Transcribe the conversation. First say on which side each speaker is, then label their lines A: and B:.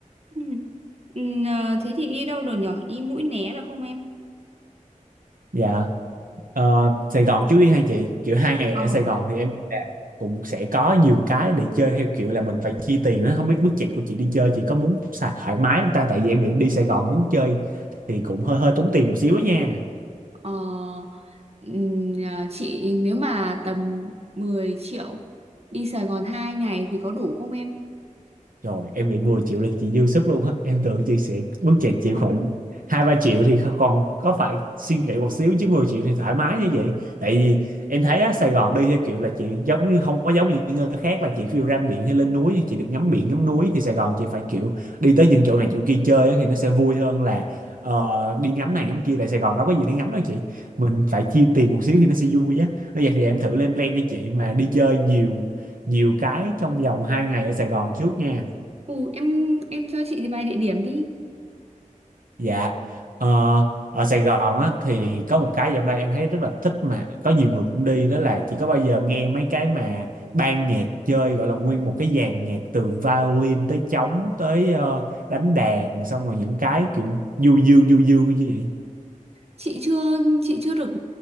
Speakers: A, on the right; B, on the right.
A: Ừ. Ừ, à, thế thì đi đâu rồi nhở? Đi Mũi Né được không em?
B: dạ Ờ, Sài Gòn trước đi hai chị kiểu hai ngày
A: Ờ,
B: ở Sài
A: ừ,
B: Gòn thì em nghĩ là cũng sẽ có nhiều cái để chơi theo kiểu là mình phải chi tiền đó không biết budget của chị đi chơi chị có muốn xài thoải mái không ta tại vì em nghĩ đi Sài Gòn muốn chơi thì cũng hơi hơi tốn tiền một xíu đó nha
A: Ờ, ừm, à, chị nếu mà tầm 10 triệu đi Sài Gòn 2 ngày thì có đủ không em?
B: Rồi em bị 10 triệu là chị dư sức luôn á Em tưởng chị sẽ bước chạy chị khoảng hai ba triệu thì còn có phải suy nghĩ một xíu Chứ 10 triệu thì thoải mái như vậy Tại vì em thấy á, Sài Gòn đi theo kiểu là chị Giống như không có giống như những nơi khác là chị phiêu ra biển hay lên núi Chị được ngắm biển ngắm núi Thì Sài Gòn chị phải kiểu đi tới những chỗ này chỗ kia chơi á, Thì nó sẽ vui hơn là ờ, đi ngắm này ngắm kia Tại Sài Gòn đâu có gì để ngắm đâu chị Mình phải chia tiền một xíu thì nó sẽ vui á Nói vậy thì em thử lên plan cho chị mà đi chơi nhiều nhiều cái trong vòng 2 ngày ở Sài Gòn trước nha
A: Ừ, em em cho chị vài địa điểm đi.
B: Dạ ờ, ở Sài Gòn á thì có một cái dạo này em thấy rất là thích mà có nhiều người cũng đi đó là chỉ có bao giờ nghe mấy cái mà ban nhạc chơi gọi là nguyên một cái dàn nhạc từ violin tới trống tới ờ, đánh đàn xong rồi những cái kiểu du dương du dương như vậy
A: Chị chưa chị chưa được